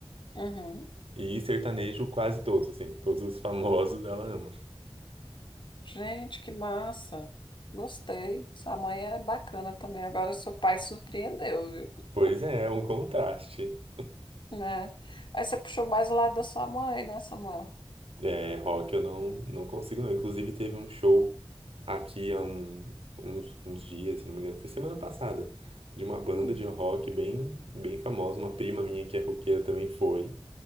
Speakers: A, on the left (about 55°); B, on the right (about 75°).
A: Uhum.
B: e sertanejo quase todos, assim, todos os famosos ela ama.
A: Gente, que massa! Gostei. Sua mãe é bacana também. Agora, seu pai surpreendeu, viu?
B: Pois é, é um contraste.
A: Né? Aí você puxou mais o lado da sua mãe, né, Samuel?
B: É, rock eu não, não consigo não. Inclusive teve um show aqui há um- uns, uns dias, se não me engano, foi semana passada, de uma banda
A: Hum.
B: de rock bem, bem famosa, uma prima minha que é roqueira também foi.